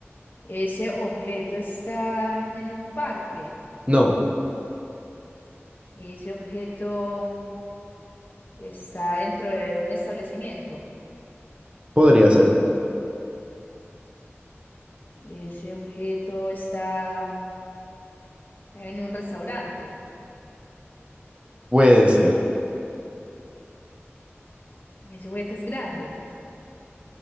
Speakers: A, on the left; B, on the right.
A: ese objeto está en un parque.
B: No,
A: Ese objeto Está dentro de un establecimiento.
B: podría ser.
A: Ese objeto está en un restaurante.
B: Puede ser.
A: Ese objeto es grande.